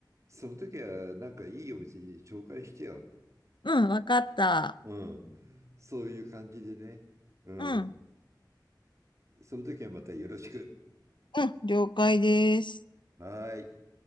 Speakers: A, on the right; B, on the left.
A: その時は、なんかいいお店紹介してよ。
B: うん、わかった。
A: うん。そういう感じでね。うん。
B: うん。
A: その時はまたよろしく。
B: うん、了解です。
A: はーい。